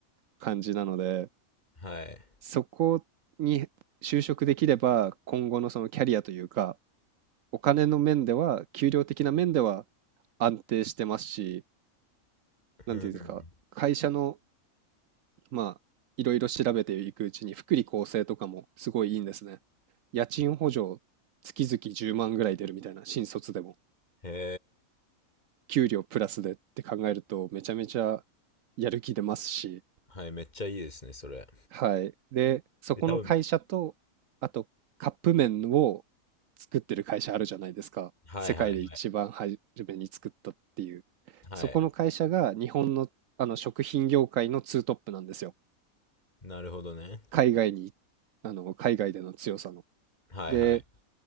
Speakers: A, on the right; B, on the left.
A: 感じなので、
B: はい。
A: そこに就職できれば、今後のそのキャリアというか、お金の面では、給料的な面では安定してますし、なんていうんですか、
B: うん。
A: 会社の、まあ、いろいろ調べていくうちに、福利厚生とかもすごいいいんですね。家賃補助、月々10万ぐらい出るみたいな、新卒でも。
B: へ
A: 給料プラスでって考えると、めちゃめちゃやる気出ますし、
B: はい、めっちゃいいですね、それ。
A: はい。で、そこの会社と、
B: で、多分、
A: あと、カップ麺を作ってる会社あるじゃないですか。
B: はいはいはい。
A: 世界で一番初めに作ったっていう。
B: はい。
A: そこの会社が日本の、あの食品業界のツートップなんですよ。
B: なるほどね。
A: 海外に、あの、海外での強さの。
B: はいはい。
A: で、